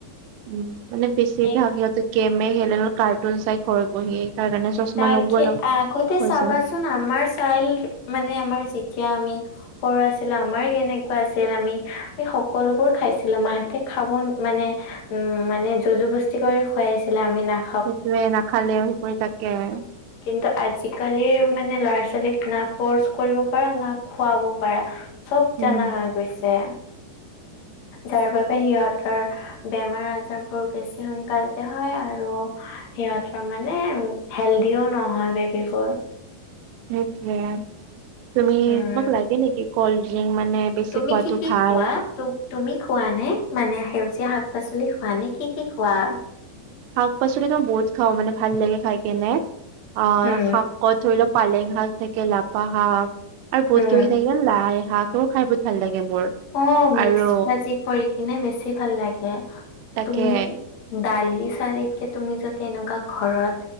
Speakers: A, on the right; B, on the left.
A: উম মানে বেছি
B: এক-
A: ভাগ সিহঁত গেমে খেলে কাৰ্টুন চাই ঘৰত বহি তাৰ কাৰণে- চশমা
B: তাকে
A: লগোৱা
B: আগতে
A: হৈ
B: চাবাচোন
A: যায়
B: আমাৰ চাইল্ড মানে আমাৰ যেতিয়া আমি- সৰু আছিলো আমাৰ কেনেকুৱা আছিল আমি সকলোবোৰ খাইছিলো মাহঁতে খাবৰ মানে- উম মানে যোৰ জোৰদস্তি কৰি খুৱাইছিলে আমি না-
A: সেইটোৱে নাখালে সেই কৰি থাকে আৰু।
B: কিন্তু আজিকালিৰ মানে ল'ৰা ছোৱালীক না ফৰ্চ কৰিব পাৰা না খুৱাব পাৰা। চব
A: উম।
B: জানা হৈ গৈছে। যাৰ বাবে সিহঁতৰ বেমাৰ আজাৰ বোৰ বেছি সোনকালতে হয় আৰু- সিহঁতৰ মানে হেলডিও নহয় বেবীবোৰ।
A: সেইটোৱে, তুমি
B: উম।
A: তোমাক লাগে নেকি কল্ড ড্ৰিংক মানে- বেছি
B: তুমি
A: খোৱাটো
B: কি কি
A: ভাল।
B: খোৱা? তুমি খোৱা নে মানে সেউজীয়া শাক-পাচলি খোৱা নে কি কি খোৱা?
A: শাক-পাচলিতটো বহুত খাওঁ মানে ভাল লাগে খাই কিনে আহ
B: উম,
A: শাক- কত ধৰি লও পালেং শাক থাকে লফা শাক আৰু বহুত
B: উম।
A: কিবা কিবি থাকে লাই শাক- সেইবোৰ খাই বহুত ভাল লাগে মোৰ।
B: অ মিক্স
A: আৰু
B: ভাজি কৰি কিনে বেছি ভাল লাগে।
A: তাকে
B: তুমি- দালি ছালিতকে তুমি যদি এনেকুৱা ঘৰত